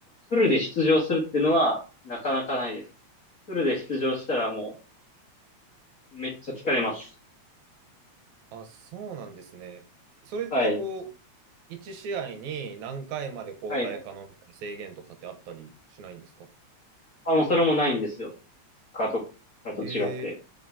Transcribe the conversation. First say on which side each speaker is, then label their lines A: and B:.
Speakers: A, on the left; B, on the right.
A: フルで出場するっていうのは、なかなかないですね。フルで出場したらもう、めっちゃ疲れます。
B: あ、そうなんですね。それってこう、
A: はい。
B: 1試合に何回まで交代可能みたいな制限とかってあったりしないんですか
A: はい。あ、もうそれもないんですよ。カート、カート違って。
B: えー、